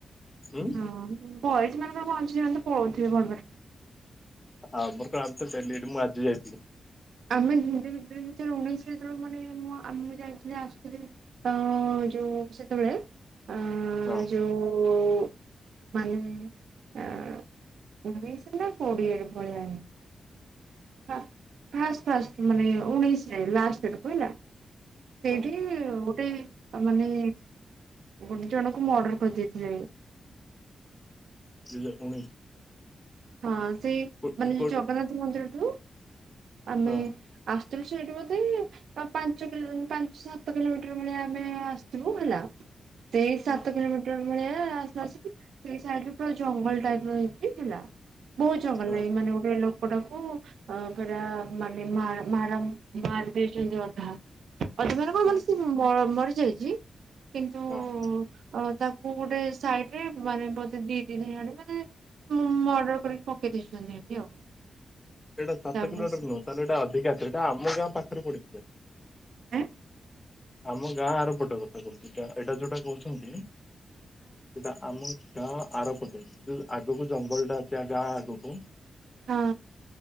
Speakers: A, on the left; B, on the right.
A: ହୁଁ
B: ହଁ ବୟେଜ୍ ମାନଙ୍କର ଙ୍କ ଅଛି ସେମାନେ ତ ପଳଉଥିବେ ଭଟ ଭାଟ କିଣି।
A: ହଁ ଆମର କଣ ଆମେ ତ ଡେଲି ଏଇଠି ମୁଁ ଆଜି ଯାଇଥିଲି।
B: ଆମେ ଦୁଇ ଦୁଇ ହଜାର ଉଣେଇଶିରେ ଯେତେବେଳେ ମାନେ ମୁଁ ଆମେ ଯାଇଥିଲେ ଆଶୁଥିଲେ ଅ। ଯୋଉ ସେତେବେଳେ ଆଁ
A: ହଁ
B: ଯୋଉ। ମାନେ ଆ। ଉଣେଇଶି ନା କୋଡ଼ିଏ ଭଳିଆ ହିଁ ଆ ଫାଷ୍ଟ୍ ଫାଷ୍ଟ୍ ମାନେ ଉଣେଇଶରେ ଲାଷ୍ଟ ଆଡ଼କୁ ହେଲା, ସେଇଠି
A: ହଁ
B: ଗୋଟେ ଆ ମାନେ ଗୋଟେ ଜଣଙ୍କୁ ମର୍ଡର କରିଦେଇଥିଲେ।
A: ଦୁଇହଜାର ଉଣେଇଶ?
B: ହଁ ସେଇ
A: କୋ-
B: ମାନେ ଯୋଉ
A: କୋ-
B: ଜଗନ୍ନାଥ ମନ୍ଦିରଠୁ ଆମେ
A: ହଁ
B: ଆସ୍ ସଥୁଲୁ ସେଇଠି ବୋଧେ ଆଉ ପାଞ୍ଚ କିଲ ପାଞ୍ଚ ସାତ କିଲୋମିଟର ଭଳିଆ ଆମେ ଆସିିଥିବୁ ହେଲା ସେଇ
A: ହଁ
B: ସାତ କିଲୋମିଟର ଭଳିଆ ଆସ ଆସିକି ସେଇ ସାଇଡରେ ପୁରା ଜଙ୍ଗଲ ଟାଇପର ହେଇଛି ହେଲା ବହୁତ ଜଙ୍ଗଲ
A: ହଁ
B: ନାଇଁ ମାନେ ଗୋଟେ ଲୋକ ଲୋକଟାକୁ ଅ ପୁରା ମାନେ ମା-ମାରା-ମା-ମାରି ଦେଇଛନ୍ତି ଅଧା <unintelligible> କଣ
A: ହଁ
B: ମାନେ ସେ ମ-ମରିଯାଇଚି କିନ୍ତୁ ଅ
A: ହଁ
B: ତା କୁ ଗୋଟେ ସାଇଟରେ ମାନେ ବୋଧେ ଦି ତିନି ଜଣ ମାନେ ମ-ମର୍ଡର କରି ପକେଇ ଦେଇଛନ୍ତି ଏଠି ଆଉ।
A: ଏଇଟା ସାତ
B: ତାପରେ
A: କିଲୋମଟର
B: ସେ
A: ନୁହଁ, ତାହେଲେ ଏଟା ଅଧିକା ଥିବ ଏଟା ଆମ ଗାଁ ପାଖରେ ପଡିଛି।
B: ଆଁ?
A: ଆମ ଗାଁ ଆର ପଟ କଥା କହୁଛି ଗାଁ ଏଇଟା ଯୋଉଟା କହୁଛନ୍ତି ସେଟା ଆମ ଗାଁ ଆରପଟେ ଯୋଉ ଆଗକୁ ଜଙ୍ଗଲ ଟା ଅଛି ଆ ଗାଁ ଆଗକୁ
B: ହଁ